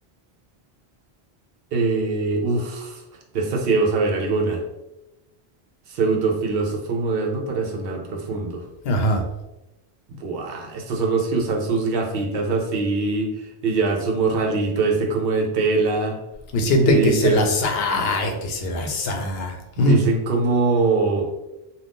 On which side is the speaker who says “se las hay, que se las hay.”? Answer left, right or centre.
Left